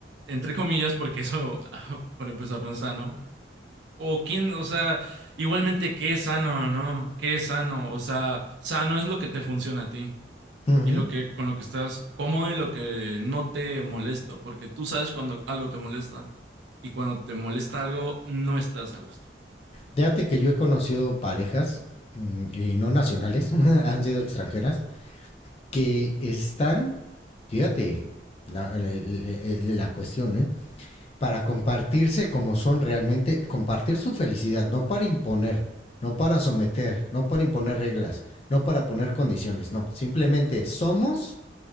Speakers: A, on the right; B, on the left.
A: entre comillas, porque eso, <laughs> ah, por empezar, no es sano. O quién, o sea, igualmente qué es sano, ¿no? ¿Qué es sano? O sea, sano es lo que te funciona a ti
B: Ujú.
A: y lo que con lo que estás cómodo y lo que no te molesta, porque tú sabes cuando algo te molesta y cuando te molesta algo no estás a gusto en
B: Fíjate
A: esa relación.
B: que yo he conocido parejas mm, y no nacionales, <laughs> han sido extranjeras, que están, fíjate, la, la, la, la cuestión, ¿eh? para compartirse como son realmente, compartir su felicidad, no para imponer, no para someter, no para imponer reglas, no para poner condiciones, no, simplemente somos,